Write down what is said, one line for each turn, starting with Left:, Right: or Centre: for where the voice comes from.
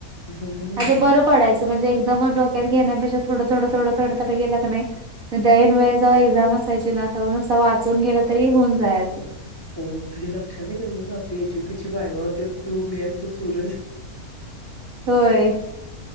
Left: हम्म.
Right: अ बरंडयचं म्हणजे एक्दाम डोक्यात घेण्यापेक्ष थोडं थोड थोडं थोड थड गेले की ऐनवेळी जाऊ एक्झम असायचे ना तर नुसं वाचून गेलं तरी होऊन जायचं
Left: हो तुझी लक्षात आहे का बघ आपली एचपी ची बायबा होती तू मी आणि तो सूरज
Right: होय